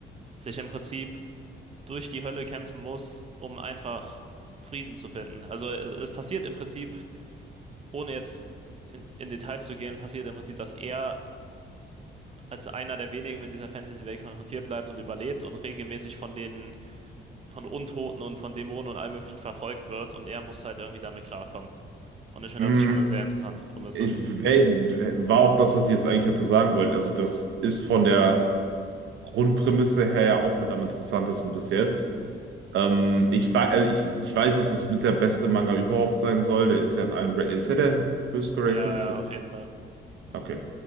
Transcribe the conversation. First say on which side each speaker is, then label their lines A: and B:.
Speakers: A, on the right; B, on the right.
A: sich im Prinzip durch die Hölle kämpfen muss, um einfach Frieden zu finden. Also äh, es passiert im Prinzip, ohne jetzt in, in Details zu gehen, passiert im Prinzip, dass er als einer der wenigen mit dieser Fantasy-Welt konfrontiert bleibt und überlebt und regelmäßig von den, von Untoten und von Dämonen und allem Möglichen verfolgt wird und er muss halt irgendwie damit klarkommen. Und ich finde,
B: Hm,
A: das ist schon eine sehr interessante Prämisse.
B: Ich wel- war auch das, was ich jetzt eigentlich hätte sagen wollen. Also, das ist von der Grundprämisse her ja auch mit am interessantesten bis jetzt. Ähm, ich, wei- also ich, ich weiß, dass es mit der beste Manga überhaupt sein soll. Der ist ja in allen, Ra- ist ja der höchstgeratedste.
A: Ja, ja, auf jeden Fall.
B: Okay.